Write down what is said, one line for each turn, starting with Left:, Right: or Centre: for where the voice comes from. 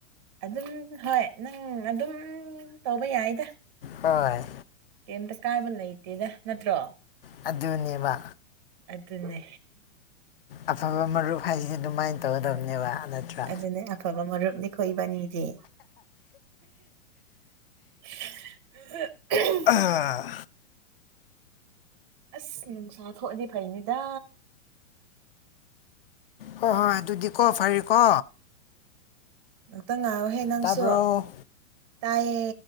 Right: ꯑꯗꯨꯝ ꯍꯣꯏ ꯅꯪ ꯑꯗꯨꯝ ꯇꯧꯕ ꯌꯥꯏꯗ
Left: ꯍꯣꯏ
Right: ꯀꯩꯇ ꯀꯥꯏꯕ ꯂꯩꯇꯦꯗ ꯅꯠꯇ꯭ꯔꯣ
Left: ꯑꯗꯨꯅꯦꯕ
Right: ꯑꯗꯨ ꯑꯗꯨꯅꯦ
Left: ꯑꯐꯕ ꯃꯔꯨꯞ ꯍꯥꯏꯁꯤ ꯑꯗꯨꯃꯥꯏꯅ ꯇꯧꯒꯗꯕꯅꯦꯕ ꯅꯠꯇ꯭ꯔꯥ
Right: ꯑꯗꯨꯅꯦ ꯑꯐꯕ ꯃꯔꯨꯞꯅꯤ ꯈꯣꯏꯕꯅꯤꯗꯤ ꯑ
Left: ꯑꯣ
Right: ꯑꯁ ꯅꯨꯡꯁꯥ ꯊꯣꯛꯜꯂꯤ ꯐꯩꯅꯤꯗꯥ
Left: ꯍꯣꯏ ꯍꯣꯏ ꯑꯗꯨꯗꯤꯀꯣ ꯐꯔꯦꯀꯣ
Right: ꯉꯥꯛꯇꯪ ꯉꯥꯏꯑꯣꯍꯦ ꯅꯪꯁꯨ
Left: ꯇꯥꯕ꯭ꯔꯣ
Right: ꯇꯥꯏꯌꯦ